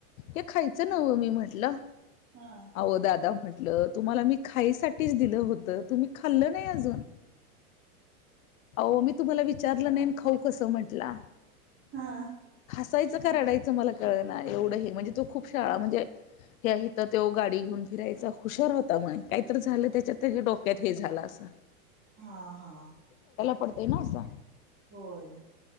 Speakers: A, on the left; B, on the right.
A: हे खायचं नवं मी म्हटलं
B: हा
A: अह दादा म्हटलं म्हट तुम्हाला मी खाईसाठीच दिलं होत तुम्ही खाल्ल नाही अजून अ मी तुम्हाला विचारलं नाहीन खाऊ कसं म्हंटलं
B: हा
A: यचं का रडायचं मला कळ ना एवढं हे म्हणजे तो खूप शाळा म्हणजे ह इथं तो गाडी घेऊन फिरायचा हुशार होता मग काहीत झालं त्याच्यात त्याच्या डोक्यात हे झालं असं
B: हा हा
A: पडतय ना अस असं
B: होय